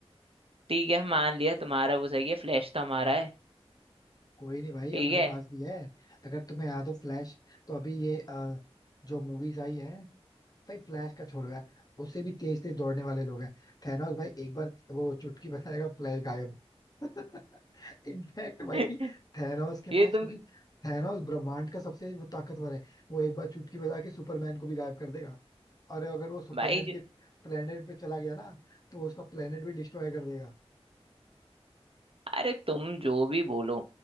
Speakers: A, on the right; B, on the left.
A: ठीक है मान लिया तुम्हारा वो सही है फ्लैश तो हमारा है
B: कोई नहीं भाई
A: ठीक
B: अपने
A: है
B: पास भी है अगर तुम्हें याद हो फ्लैश तो अभी ये अ, जो मूवीज आई है भाई फ्लैश का छोड़ो यार उससे भी तेज तेज दौड़ने वाले लोग हैं थैनोस भाई एक बार वो चुटकी बजाएगा फ्लैश गायब <laughs> इनफैक्ट भाई
A: <laughs>
B: थैनोस के
A: ये
B: पास
A: तुम
B: क्योंकि थैनोस ब्रह्मांड का सबसे वो ताकतवर है वो एक बार चुटकी बजा के सुपरमैन को भी गायब कर देगा और अगर वो सुपरमैन
A: भाई
B: के प्लेनेट पे चला गया ना तो उसका प्लेनेट भी डिस्ट्रॉय कर देगा
A: अरे तुम जो भी बोलो